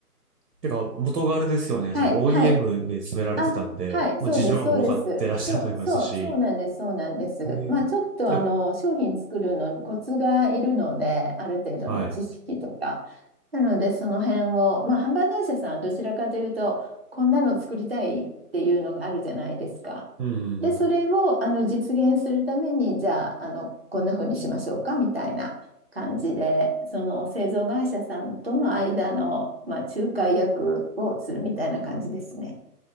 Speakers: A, on the right; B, on the right.
A: てか、元があれですよね。
B: はい、
A: その OEM
B: はい。
A: で詰められてたんで、
B: あ、はい、
A: もう事情も分かってらっしゃると思いますし。
B: そうです、そうです。そう、そう、そうなんです、そうなんです。
A: えー
B: まあ、ちょっとあの、
A: じゃ
B: 商品作るのにコツがいるので、ある程度の知識とか。
A: あ、はい。
B: なので、その辺を、まあ、販売会社さんはどちらかというと、こんなの作りたいっていうのがあるじゃないですか。
A: うんうんうん。
B: で、それをあの実現するために、
A: い
B: じゃあ、あの、こんな風にしましょうか、みたいな感じで、その製造会社さんとの間の、まあ、仲介役をするみたいな感じですね。